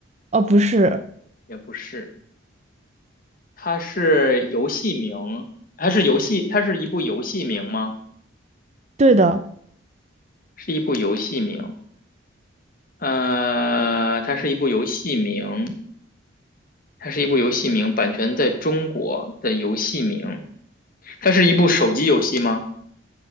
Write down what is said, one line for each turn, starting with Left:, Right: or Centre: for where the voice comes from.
Right: 哦，不是，
Left: 也不是，它是游戏名，它是游戏，它是一部游戏名吗？
Right: 对的，
Left: 是一部游戏名，呃，它是一部游戏名，它是一部游戏名，版权在中国的游戏名，它是一部手机游戏吗？